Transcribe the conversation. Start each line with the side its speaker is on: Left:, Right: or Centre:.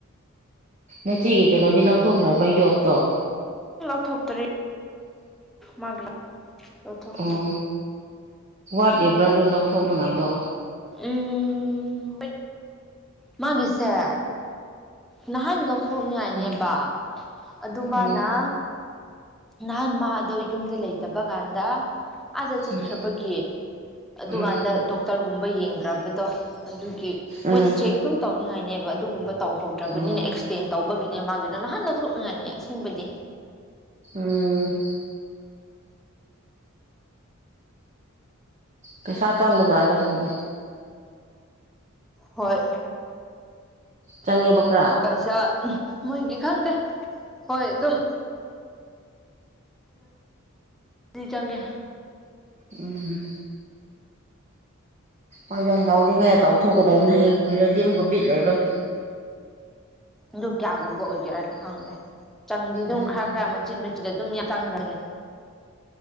Right: ꯅꯆꯦꯒꯤ ꯀꯩꯅꯣꯗꯤ ꯂꯧꯊꯣꯛꯈ꯭ꯔꯕ ꯌꯣꯠꯇꯣ
Centre: ꯂꯧꯊꯣꯛꯇ꯭ꯔꯔꯤ ꯃꯥꯒꯤ ꯂꯧꯊꯣꯛꯇ꯭꯭ꯔꯔꯤ
Right: ꯎꯝ ꯋꯥꯠꯂꯤꯕ꯭ꯔꯥ ꯂꯣꯏ ꯂꯧꯊꯣꯛꯅꯉꯥꯏꯗꯣ
Centre: ꯎꯝ ꯃꯥꯒꯤꯁꯦ ꯅꯍꯥꯟ ꯂꯧ ꯁꯣꯛꯅꯤꯉꯥꯏꯅꯦꯕ
Right: ꯎꯝ
Centre: ꯑꯗꯨꯃꯅ
Right: ꯎꯝ
Centre: ꯅꯍꯥꯟ ꯃꯥ ꯑꯗꯣ ꯌꯨꯝꯗ ꯂꯩꯇꯕ ꯀꯥꯟꯗ ꯑꯥꯗ ꯆꯠꯈ꯭ꯔꯕꯒꯤ
Right: ꯎꯝ
Centre: ꯑꯗꯨꯀꯥꯟꯗ
Right: ꯎꯝ
Centre: ꯗꯣꯛꯇꯔꯒꯨꯝꯕ ꯌꯦꯡꯗ꯭ꯔꯕꯗꯣ ꯑꯗꯨ
Right: ꯎꯝ
Centre: ꯃꯣꯏꯗꯤ ꯆꯦꯛ ꯑꯗꯨꯝ ꯇꯧꯅꯤꯡꯉꯥꯏꯅꯦꯕ ꯑꯗꯨꯒꯨꯝꯕ ꯇꯧꯍꯧꯗ꯭ꯔꯕꯅꯤꯅ
Right: ꯎꯝ
Centre: ꯑꯦꯛꯁꯇꯦꯟ ꯇꯧꯕꯒꯤ ꯅꯦ ꯃꯥꯒꯤꯗ ꯅꯍꯥꯟ ꯂꯧꯊꯣꯛꯅꯤꯡꯉꯥꯏꯅꯤ ꯑꯁꯦꯡꯕꯗꯤ
Right: ꯎꯝ ꯄꯩꯁꯥ ꯆꯪꯕꯖꯠ ꯂꯥ ꯈꯪꯗꯦ
Centre: ꯍꯣꯏ
Right: ꯆꯪꯦ ꯄꯨꯥ <inaudible>
Centre: ꯄꯩꯁꯥ ꯃꯣꯏꯅꯤ ꯈꯪꯗꯦ ꯍꯣꯏ ꯑꯗꯨꯝ ꯗꯤ ꯆꯪꯒꯦ
Right: ꯎꯝ ꯍꯣꯏꯖ ꯅꯧꯎꯔꯤꯉꯩꯗ ꯇꯧꯊꯣꯛꯀꯗꯕꯅꯤꯅ ꯍꯌꯦꯡ ꯀꯨꯏꯔꯗꯤ ꯑꯃꯨꯛꯀ ꯕꯤꯠ ꯂꯩꯔꯣꯏ
Centre: ꯑꯗꯨ ꯀꯌꯥꯒꯨꯝꯕ ꯑꯣꯏꯒꯔꯅꯤ ꯈꯪꯗ꯭ꯔꯦ ꯆꯪꯗꯤ ꯑꯗꯨꯝ
Right: ꯎꯝ
Centre: ꯈꯔ ꯈꯔ ꯃꯆꯤꯟ ꯃꯆꯤꯟ ꯑꯗꯨꯝ ꯌꯥ ꯆꯥꯡꯒꯔꯅꯦ